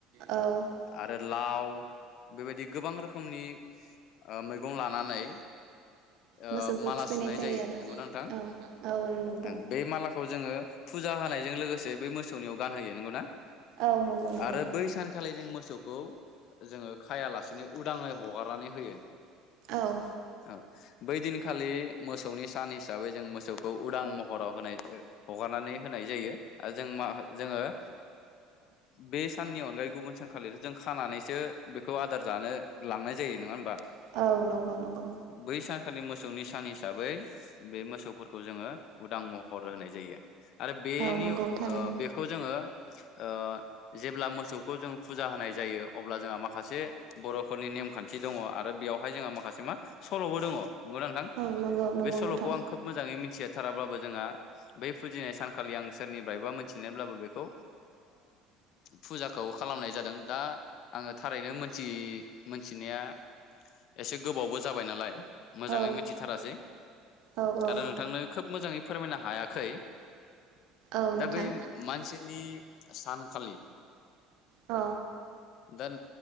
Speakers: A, on the right; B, on the left.
A: औ गोबां
B: आरो लाव बेबायदि गोबां रोखोमनि ओ मैगं लानानै ओ
A: मोसौखौ
B: माला
A: थुखैनाय
B: सुनाय जायो
A: आरो
B: नंगौना नोंथां
A: औ औ नंगौ
B: ओं बे मालाखौ जोङो फुजा होनायजों लोगोसे जे बे मोसौनियाव गान होयो नंगौना
A: औ नंगौ नंगौ
B: आरो बै सान खालि जों मोसौखौ जोङो खायालासे उदाङै हगारनानै होयो
A: औ
B: औ बै दिनखालि मोसौनि सान हिसाबै जों मोसौखौ उदां महराव होनाय हगारनानै होनाय जायो आरो जों मा जोङो ओ‌ बे साननि अनगायै गुबुन सानखालिथ' जों खानानैसो बेखौ आदार जानो लांनाय जायो नङा होनबा
A: औ नंगौ नंगौ
B: बै सानखालि मोसौनि सानि हिसाबै बे मोसौफोरखौ जोङो उदां महर होनाय जायो। आरो बेनि
A: औ नंगौ
B: ओ
A: थारैनो
B: बेखौ जोङो ओ जेब्ला मोसौ खौ जों फुजा होनाय जायो अब्ला जोंहा माखासे बर'फोरनि नेमखान्थि दङ' आरो बेवहाय जोंहा माखासे मा सल'बो दङ'। नंगौना नोंथां
A: औ नंगौ नंगौ
B: बे सल'खौ
A: नोंथां
B: आं खोब मोजाङै मिथिया थाराब्लाबो जोंहा बै फुजिनाय सानखालि आं सोरनिफ्रायबा मिथिनानैबो बेखौ फुजा। खौ खालामनाय जादों दा आङो थारैनो मोन्थि मोनथिनाया एसे गोबावबो जाबाय नालाय मोजाङै
A: औ
B: मिथिथारासै
A: औ औ
B: आरो नोंथांनो खोब मोजाङै फोरमायनो हायाखै
A: औ नोंथां
B: दा बे मानसिनि सानखालि
A: औ
B: दा